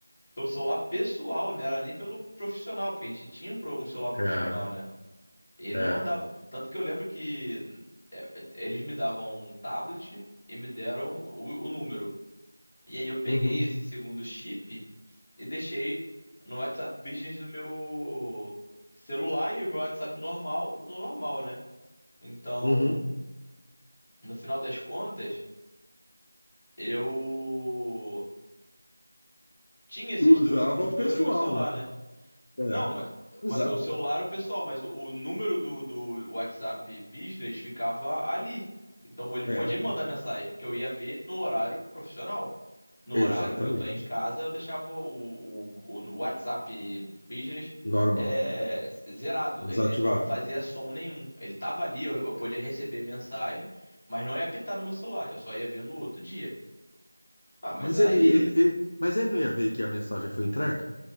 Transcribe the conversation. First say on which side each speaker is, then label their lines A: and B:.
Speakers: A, on the left; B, on the left.
A: pelo celular pessoal, né? Era nem pelo profissional, porque a gente tinha um, pro- um celular profissional,
B: É,
A: né? E ele
B: é.
A: não mandava. Tanto que eu lembro que é, é, eles me davam um tablet e me deram o, o número. E aí eu peguei
B: Uhum,
A: esse segundo chip e deixei no WhatsApp Business do meu celular e o meu WhatsApp normal no normal, né? Então,
B: uhum.
A: no final das contas. Eu tinha esses
B: Usava
A: do- os
B: o
A: dois
B: pessoal,
A: no meu celular,
B: né?
A: né?
B: É,
A: Não, mas,
B: exa-
A: mas o celular era o pessoal, mas o, o número do, do WhatsApp Business ficava ali. Então ele
B: é,
A: podia me mandar mensagem, que eu ia ver no horário profissional. No
B: exatamente.
A: horário que eu tô em casa, eu deixava o, o- o WhatsApp Business
B: Normal,
A: é, zerado.
B: desativado.
A: Ele não fazia som nenhum. Ele tava ali, eu, eu podia receber mensagem, mas não ia apitar no meu celular. Eu só ia ver no outro dia. Ah, mas
B: Mas
A: aí
B: ele, ele, ele- mas ele não ia ver que a mensagem foi entregue?